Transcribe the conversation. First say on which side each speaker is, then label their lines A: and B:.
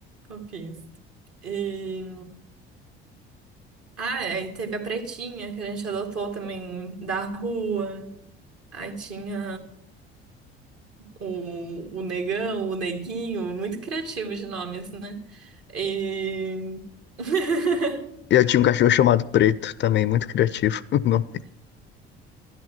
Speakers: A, on the right; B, on the left.
A: Fofinhos. E... Ah, é, e teve a Pretinha, que a gente adotou também da rua. Aí tinha. o, o negão, o neguinho, muito criativo de nomes, né? E... <laughs>
B: Eu tinha um cachorro chamado Preto também, muito criativo. <laughs> Não,